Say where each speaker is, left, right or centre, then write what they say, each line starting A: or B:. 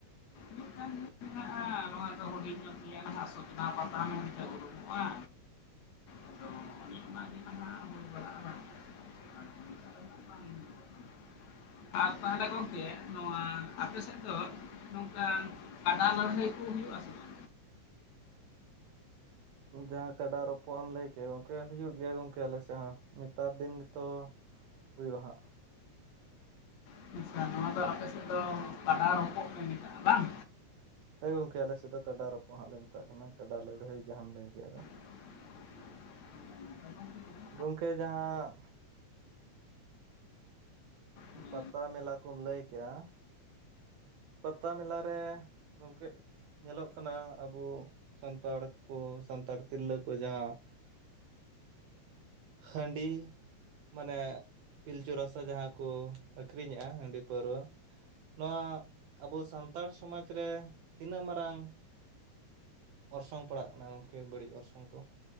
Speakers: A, on the left; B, on the right.
A: ᱢᱤᱫᱴᱟᱱ ᱜᱮ ᱢᱮᱱᱟᱜ-ᱟ ᱱᱚᱣᱟ ᱫᱚ ᱦᱩᱰᱤᱧ ᱧᱚᱜ ᱜᱮᱭᱟ ᱱᱟᱦᱟᱜ ᱥᱚᱪᱱᱟ ᱯᱟᱛᱟ ᱢᱮᱱᱛᱮ ᱩᱨᱩᱢᱚᱜ-ᱟ᱾ ᱟᱫᱚ ᱚᱱᱮ ᱚᱱᱟ ᱜᱮ ᱱᱟᱦᱟᱜ ᱦᱩᱭ ᱵᱟᱲᱟᱜ-ᱟ ᱱᱟᱦᱟᱜ᱾ ᱟᱫᱚ ᱱᱚᱝᱠᱟ‌ ᱫᱚ ᱱᱟᱦᱟᱜ ᱵᱟᱝ ᱦᱩᱭᱩᱜ-ᱟ᱾ ᱟᱨ ᱛᱟᱦᱚᱞᱮ ᱜᱚᱝᱠᱮ ᱱᱚᱣᱟ ᱟᱯᱮ ᱥᱮᱫ ᱫᱚ ᱱᱚᱝᱠᱟᱱ ᱠᱟᱰᱟ ᱞᱟᱹᱲᱦᱟᱹᱭ ᱠᱚ ᱦᱩᱭᱩᱜ-ᱟ ᱥᱮ ᱵᱟᱝ?
B: ᱩᱸ ᱡᱟᱦᱟᱸ ᱠᱟᱰᱟ ᱨᱚᱯᱚᱜ ᱮᱢ ᱞᱟᱹᱭ ᱠᱮᱜ ᱜᱚᱝᱠᱮ ᱦᱩᱭᱩᱜ ᱜᱮᱭᱟ ᱜᱚᱝᱠᱮ ᱟᱞᱮ ᱥᱮᱜ ᱦᱚᱸ ᱱᱮᱛᱟᱨ ᱫᱤᱱ ᱜᱮᱛᱚ ᱦᱩᱭᱩᱜ-ᱟ ᱦᱟᱸᱜ᱾
A: <unintelligible> ᱱᱚᱣᱟ ᱫᱚ ᱟᱯᱮ ᱥᱮᱜ ᱫᱚ ᱠᱟᱰᱟ ᱨᱚᱯᱚᱜ ᱯᱮ ᱢᱮᱛᱟᱜ-ᱟ ᱵᱟᱝ?
B: ᱦᱳᱭ ᱜᱚᱝᱠᱮ ᱟᱞᱮ ᱥᱮᱜ ᱫᱚ ᱠᱟᱰᱟ ᱨᱚᱯᱚᱜ ᱦᱟᱸᱜ ᱞᱮ ᱢᱮᱛᱟᱜ ᱠᱟᱱᱟ ᱠᱟᱰᱟ ᱞᱟᱹᱲᱦᱟᱹᱭ ᱡᱟᱦᱟᱢ ᱞᱟᱹᱭ ᱠᱮᱜ-ᱟ ᱨᱮ᱾
A: <unintelligible> ᱱᱚᱛᱮ ᱦᱚᱸ ‌ᱦᱩᱭᱩᱜ-ᱟ᱾
B: ᱜᱚᱝᱠᱮ ᱡᱟᱦᱟᱸ ᱩᱢ
A: ᱦᱳᱭ
B: ᱯᱟᱛᱟ ᱢᱮᱞᱟ ᱠᱚᱢ ᱞᱟᱹᱭ ᱠᱮᱜ-ᱟ ᱯᱟᱛᱟ ᱢᱮᱞᱟ ᱨᱮ ᱜᱚᱝᱠᱮ ᱧᱮᱞᱚᱜ ᱠᱟᱱᱟ ᱟᱵᱩ ᱥᱟᱱᱛᱟᱲ ᱠᱚ ᱥᱟᱱᱛᱟᱲ ᱛᱤᱨᱞᱟᱹ ᱠᱚ ᱡᱟᱦᱟᱸ ᱦᱟᱺᱰᱤ᱾ ᱢᱟᱱᱮ ᱯᱤᱞᱪᱩ ᱨᱟᱥᱟ ᱡᱟᱦᱟᱸ ᱠᱚ ᱟᱹᱠᱷᱨᱤᱧᱮᱜ-ᱟ ᱦᱟᱺᱰᱤ ᱯᱟᱹᱣᱨᱟᱹ᱾ ᱱᱚᱣᱟ ᱟᱵᱚ ᱥᱟᱱᱛᱟᱲ ᱥᱚᱢᱟᱡᱽ ᱨᱮ ᱛᱤᱱᱟᱹᱜ ᱢᱟᱨᱟᱝ ᱚᱨᱥᱚᱝ ᱯᱟᱲᱟᱜ ᱠᱟᱱᱟ ᱜᱚᱢᱠᱮ ᱵᱟᱹᱲᱤᱡ ᱚᱨᱥᱚᱝ ᱠᱚ